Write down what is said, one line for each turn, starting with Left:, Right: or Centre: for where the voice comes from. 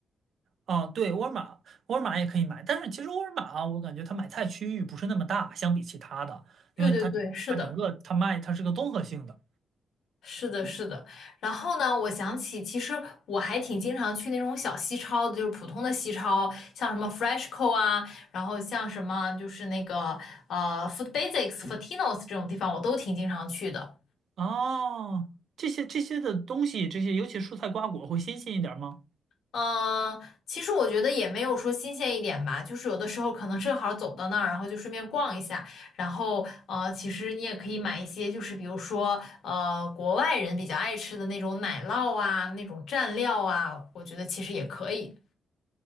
Right: 啊，对，沃尔玛，沃尔玛也可以买，但是其实沃尔玛啊，我感觉它买菜区域不是那么大，相比其他的，
Left: 对对对，
Right: 因为它它整个它卖它是个综合性的。
Left: 是的，是的，是的。然后呢，我想起其实我还挺经常去那种小西超的，就是普通的西超，像什么 Freshco 啊，然后像什么就是那个呃 Food Basics、Fortinos 这种地方，我都挺经常去的。
Right: 哦，这些这些的东西，这些尤其蔬菜瓜果会新鲜一点吗？
Left: 嗯，其实我觉得也没有说新鲜一点吧，就是有的时候可能正好走到那儿，然后就顺便逛一下，然后呃，其实你也可以买一些，就是比如说呃，国外人比较爱吃的那种奶酪啊，那种蘸料啊，我觉得其实也可以。